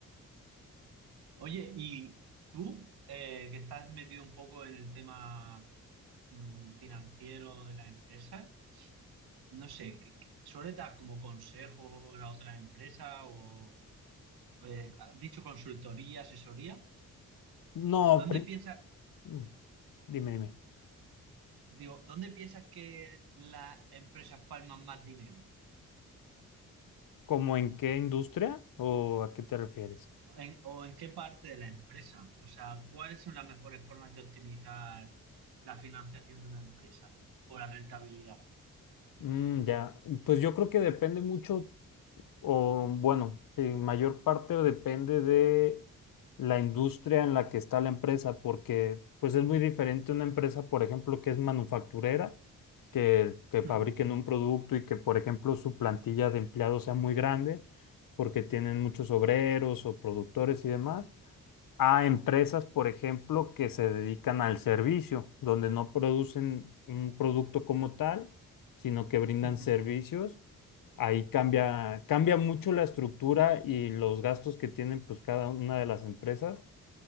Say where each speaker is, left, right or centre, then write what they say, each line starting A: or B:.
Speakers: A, on the right (about 70°); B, on the left (about 55°).
A: Oye, y tú, eh, que estás metido un poco en el tema mm, financiero de las empresas, no sé, ¿qué- qué- ¿suele dar como consejos a otras empresas o eh, has dicho consultoría, asesoría?
B: No,
A: ¿Dónde
B: pri-
A: piensas?
B: mm, dime, dime.
A: Digo, ¿dónde piensas que las empresas palman más dinero?
B: ¿Cómo en qué industria o a qué te refieres?
A: En- ¿o en qué parte de la empresa? O sea, ¿cuáles son las mejores formas de optimizar la financiación de una empresa o la rentabilidad?
B: Mm, ya, pues yo creo que depende mucho O bueno, sí, mayor parte depende de la industria en la que está la empresa, porque pues es muy diferente una empresa, por ejemplo, que es manufacturera, que, que
A: Hmm,
B: fabriquen un producto y que, por ejemplo, su plantilla de empleados sea muy grande, porque tienen muchos obreros o productores y demás, a empresas, por ejemplo, que se dedican al servicio, donde no producen un producto como tal, sino que brindan
A: ujú.
B: servicios ahí cambia, cambia mucho la estructura y los gastos que tienen pues cada una de las empresas,